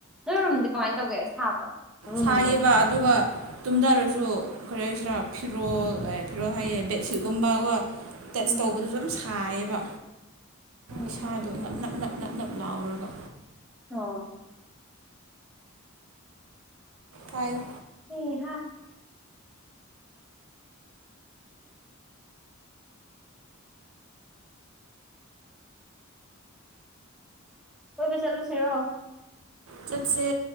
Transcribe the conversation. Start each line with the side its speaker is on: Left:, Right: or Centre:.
Centre: ꯅꯣꯏꯔꯣꯝꯗꯤ ꯀꯃꯥꯏꯅ ꯇꯧꯒꯦ ꯁꯥꯕ꯭ꯔꯣ ꯔꯨꯝꯗꯣ
Right: ꯁꯥꯏꯌꯦꯕ ꯑꯗꯨꯒ ꯇꯨꯝꯊꯔꯁꯨ ꯀꯔꯤ ꯍꯥꯏꯁꯤꯔꯥ ꯐꯤꯔꯣꯜ ꯐꯤꯔꯣꯜ ꯍꯥꯏꯌꯦ ꯕꯦꯠꯁꯤꯠꯀꯨꯝꯕꯀꯣ ꯇꯠꯆ
Centre: ꯎꯝ
Right: ꯇꯧꯕꯗꯨꯁꯨ ꯌꯥꯝ ꯁꯥꯏꯌꯦꯕ
Centre: ꯎꯝ
Right: ꯏꯁꯥꯗꯣ ꯅꯞ ꯅꯞ ꯅꯞ ꯅꯞ ꯅꯞ ꯂꯥꯎꯔꯒ
Centre: ꯑ
Right: ꯍꯥꯏꯌ
Centre: ꯍꯝ ꯍꯥ ꯀꯣꯏꯕ ꯆꯠꯂꯨꯁꯤꯔꯣ
Right: ꯆꯠꯁꯦ